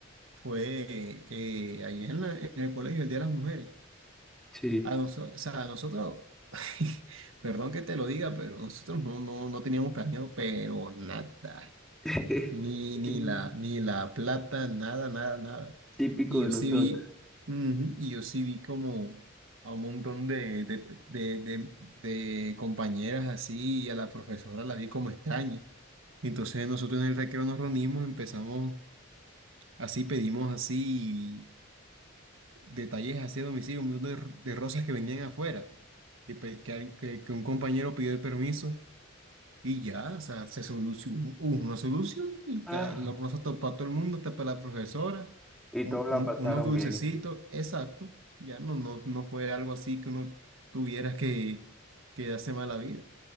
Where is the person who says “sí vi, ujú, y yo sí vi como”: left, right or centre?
Right